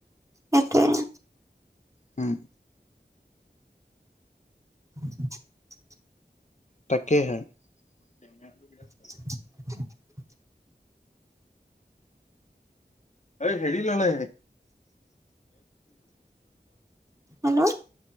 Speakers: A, on the right; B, on the left.
A: সেটোৱে।
B: উম।
A: <inaudible>
B: তাকেহে। <inaudible>
A: <inaudible>
B: এই হেৰি ললে
A: হেল্ল'